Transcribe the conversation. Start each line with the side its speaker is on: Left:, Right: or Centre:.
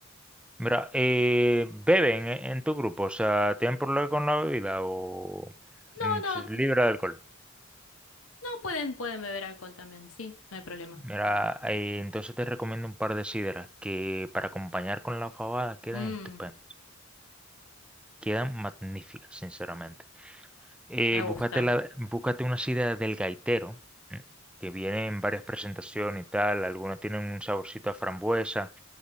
Centre: Mira, eh, ¿beben en, en tu grupo? O sea, ¿tienen problema con la bebida o
Left: No,
Centre: mm,
Left: no,
Centre: s- libre
Left: t- no
Centre: de alcohol?
Left: pueden, pueden beber alcohol también, sí, no hay problema.
Centre: Mira, eh, entonces te recomiendo un par de sidras que para acompañar con la fabada quedan
Left: Mm,
Centre: estupendas, quedan magníficas, sinceramente. Eh,
Left: me gusta.
Centre: búscate, la- búscate una sidra del gaitero, ¿eh? que viene en varias presentaciones y tal. Algunas tienen un saborcito a frambuesa,